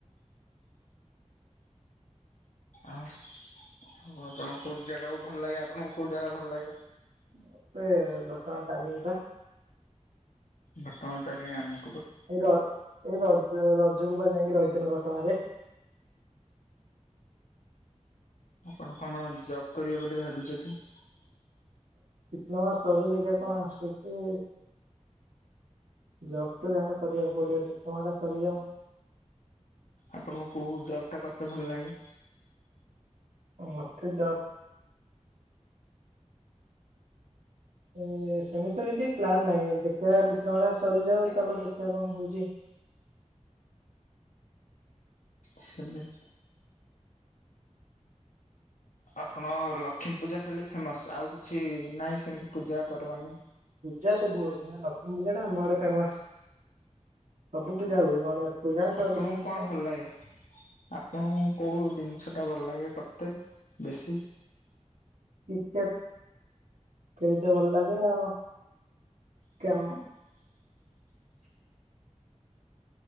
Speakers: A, on the left; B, on the right.
A: ଆଉ ଆଉ ଆପଣଙ୍କୁ କୋଉଁ ଜାଗାକୁ ଭଲ ଲାଗେ ଆପଣଙ୍କୁ କୋଉଁ ଜାଗା ଭଲ ଲାଗେ?
B: ମତେ ଘଟଗାଁ ତାରିଣୀ ବା।
A: ଘଟଗାଁ ତାରିଣୀ ଆମେ
B: ଏଇ ର ଏଇ ରଜ ରଜ କୁ ବା ଯାଇକି ରହିଥିଲି ଘଟଗାଁ ରେ।
A: ଆପଣ କଣ ଯବ କରିବେ ବୋଲି ଭାବିଛନ୍ତି?
B: ଡିପ୍ଲୋମା ସରିଲେ ତ କଣ ଷ୍ଟେପ ଜବ୍ ତ ଯାହା ହେଲେ କରିବାକୁ ପଡିବ ଡିପ୍ଲୋମା ଟା ସରିଯାଉ।
A: ଆପଣଙ୍କୁ କୋଉଁ ଜବ୍ ଟା କର୍ତେ ଭଲ ଲାଗେ?
B: ମୋତେ ଯବ୍ ଏ ସେମିତି କିଛି ପ୍ଲନ୍ ନାହିଁ ଦେଖିବା ଡିପ୍ଲୋମା ଟା ସରିଯାଉ ତାପରେ ଦେଖିବା କଣ ହଉଛି।
A: ସେମିତି ଆପଣ ଲକ୍ଷ୍ମୀ ପୂଜା ଖାଲି ଫେମସ ଆଉ କିଛି ନାହିଁ ସେମିତି ପୂଜା ପର୍ବାଣୀ?
B: ପୂଜା ସବୁ ହୁ କିନ୍ତ ଲଷ୍ମୀ ପୂଜା ଟା ଆମ ଆଡ଼େ ଫେମସ। ସବୁ ପୂଜା ହୁଏ ଗଣେଶ ପୂଜା
A: ଆପଣଙ୍କୁ
B: ସରସ୍ଵତୀ
A: କଣ
B: ପୂଜା।
A: ଭଲ ଲାଗେ? ଆପଣଙ୍କୁ କୋଉଁ ଜିନିଷ ଟା ଭଲ ଲାଗେ କରତେ ବେଶୀ?
B: କିକେଟ ଖେଳିତେ ଭଲ ଲାଗେ ଆଉ କେ